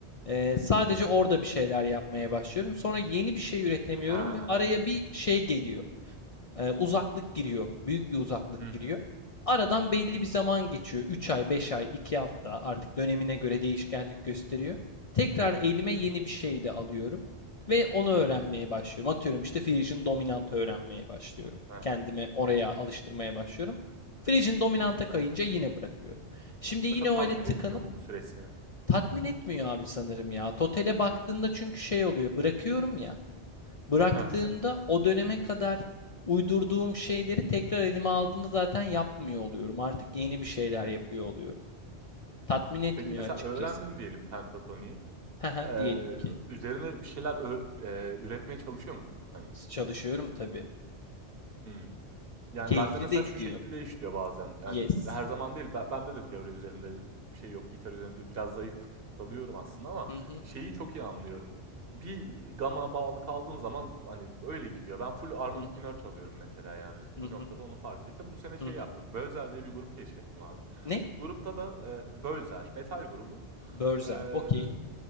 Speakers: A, on the left (about 45°); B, on the right (about 60°).
A: e, sadece orada bir şeyler yapmaya başlıyorum. Sonra yeni bir şey üretemiyorum
B: Ha,
A: ve araya
B: evet.
A: bir şey geliyor e, uzaklık giriyor. Büyük bir uzaklık
B: Hı
A: giriyor.
B: hı.
A: Aradan belli bir zaman geçiyor. üç ay, 5 ay, 2 hafta artık dönemine göre değişkenlik gösteriyor. Tekrar elime
B: Hı
A: yeni
B: hı.
A: bir şeyle alıyorum ve onu öğrenmeye
B: Hımm.
A: başlıyorum. Atıyorum işte Frisian dominant öğrenmeye başlıyorum.
B: Hı hı.
A: Kendimi oraya alıştırmaya başlıyorum. Frisian dominanta kayınca yine bırakıyorum. Şimdi yine
B: Mesela tatmin
A: öyle tıkanıp
B: etmiyor mu bu süreç seni?
A: tatmin etmiyor abi sanırım ya. Totale baktığında çünkü şey oluyor. Bırakıyorum ya. Bıraktığımda
B: Hı hı.
A: o döneme kadar uydurduğum şeyleri tekrar elime aldığımda zaten yapmıyor oluyorum. Artık yeni bir şeyler
B: Hımm.
A: yapıyor oluyorum. Tatmin etmiyor
B: Peki mesela
A: açıkçası.
B: öğrendin diyelim pentatoniyi.
A: <laughs> Haha,
B: Eee,
A: Diyelim ki
B: üzerine bir şeyler ö eee, üretmeye çalışıyor musun? Hani
A: çalışıyorum tabii.
B: Hımm. Yani,
A: Keyifli
B: bende mesela
A: de gidiyor.
B: şu şekilde işliyor bazen, yani,
A: Yes.
B: her zaman değil, Ben bende de teori üzerinde bir şey yok, gitar üzerinde biraz zayıf kalıyorum aslında ama
A: Hı hı,
B: şeyi çok iyi anlıyorum. Bir gama bağlı kaldığın zaman, hani, öyle gidiyor. Ben full armonik
A: hı hı,
B: minör çalıyorum mesela, yani,
A: hı
B: bir
A: hı,
B: noktada onu fark ettim. Bu sene şey
A: hı hı.
B: yaptım, Bölzer diye bir grup keşfettim abi.
A: Ne?
B: Grupta da, eee Bölzer, metal grubu.
A: Börzer.
B: Eee
A: Okey.